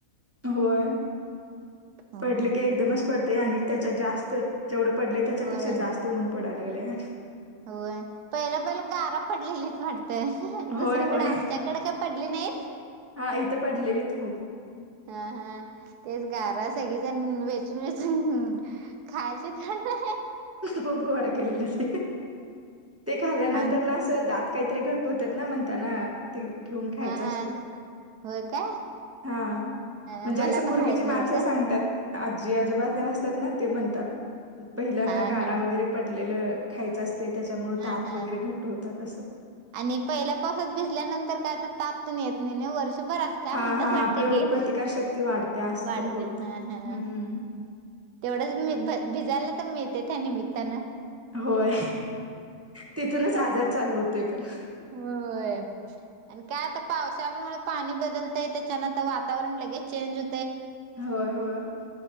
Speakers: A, on the right; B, on the right.
A: होय
B: होय.
A: पडले की एकदमच पडते आणि त्यांच्यात जास्त जेवढे पडले त्याच्यापेक्षा
B: होय
A: जास्त ऊन पडालागले आणि
B: होय पहिला, पहिला बारा पडलेलीत वाट तर दुसरीकड
A: होय होय
B: आमच्याकडें काय पडली नाहीत.
A: हा इथं पडलेलीत
B: <inaudible>
A: खूप
B: हा हा तेच गारा सगळीजण वेचून, वेचून खायालतीत <inaudible>
A: खुप गोळा केलेल ते. ते खाल्यानंतर
B: आम
A: अस दात काहीतरी घट होतात ना म्हणताना ते घेऊन खायचं
B: हा
A: असतात.
B: हा होय काय
A: <inaudible> हा म्हणजे
B: अ मला
A: असं पूर्वीची
B: का माहित
A: माणसं
B: नव्हतं
A: सांगतात. आजी, आजोबा तेन असतात ना ते म्हणतात पहिल्यांदा
B: हा
A: गारा
B: हा
A: वगैरे पडले ल खायच असती त्यामुळे
B: हा
A: दात
B: हा
A: वगैरे घट्ट होतात.
B: आणि पहिल्या पावसात भिजल्यानंतर काय तर ताप येत नाही वर्षभरात. का
A: हा
B: म्हणतास
A: हा
B: वाटत
A: आपली रोगप्रतिकार
B: की
A: शक्ती
B: <inaudible>
A: वाढते असं
B: वाढते
A: पण बोलतात.
B: ह, ह.
A: हम्म
B: तेवढंच मी भ-भिजायला तर मिळते त्या निमित्तानं.
A: होय तिथूनच आजार चालू होतोय. पण.
B: होय, होयआणि काय आता पावसामुळ पाणी बदलतय त्याच्यान आता वातावरण लगेच चेंज हो
A: होय, होय